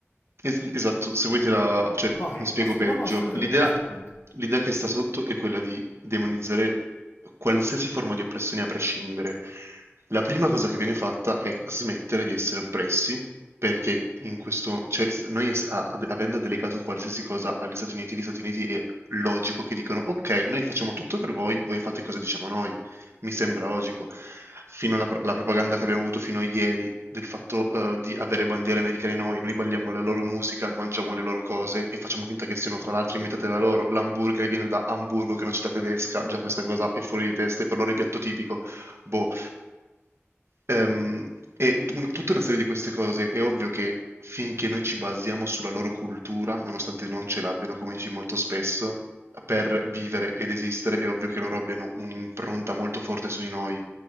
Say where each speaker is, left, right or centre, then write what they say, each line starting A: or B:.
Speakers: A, on the right; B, on the left.
A: es- esatto, se vuoi te la... cioè,
B: vai,
A: mi spiego
B: assu-
A: peggio.
B: no, no, assolutamente,
A: L'idea
B: assolutamente.
A: l'idea che sta sotto è quella di demonizzare qualsiasi forma di oppressione a prescindere. La prima cosa che viene fatta è smettere di essere oppressi, perché in questo... cioè, s- noi es- a- ad- avendo delegato qualsiasi cosa agli Stati Uniti, gli Stati Uniti è logico che dicono, ok, noi facciamo tutto per voi, voi fate cosa diciamo noi mi sembra logico. Fino alla pro- la propaganda che abbiamo avuto fino a ieri del fatto eh, di avere bandiere americane noi, noi balliamo la loro musica, mangiamo le loro cose e facciamo finta che siano tra l'altro inventate da loro. L'hamburger viene da Hamburgo, che è una città tedesca, già questa cosa è fuori di testa, e per loro è piatto tipico. Boh. Ehm, e un- tutta una serie di queste cose è ovvio che finché noi ci basiamo sulla loro cultura, nonostante non ce l'abbiano, come dici molto spesso, per vivere ed esistere, è ovvio che loro abbiano un'impronta molto forte su di noi